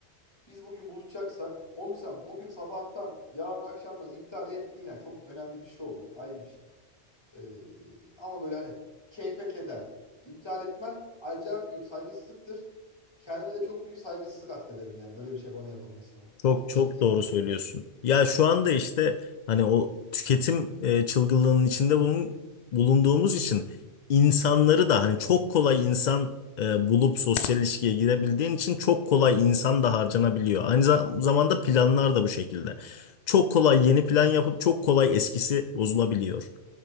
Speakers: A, on the left; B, on the left.
A: biz bugün buluşacaksak onu sen bugün sabahtan yarın akşamdan iptal et değil. Yani çok önemli bir şey olur. Ayrı bir şey. Ee, ama böyle hani keyfe keder. İptal etmen acayip büyük saygısızlıktır. Kendime de çok büyük saygısızlık atfederim yani böyle bir şey bana yapılmasına. Çok
B: Çok çok
A: ciddi
B: doğru
A: bir tepki
B: söylüyorsun.
A: koyarım.
B: Ya şu anda işte hani o tüketim e, çılgınlığının içinde bulun- bulunduğumuz için insanları da hani çok kolay insan e, bulup sosyal ilişkiye girebildiğin için çok kolay insan da harcanabiliyor. Aynı za- zamanda planlar da bu şekilde. Çok kolay yeni plan yapıp çok kolay eskisi bozulabiliyor.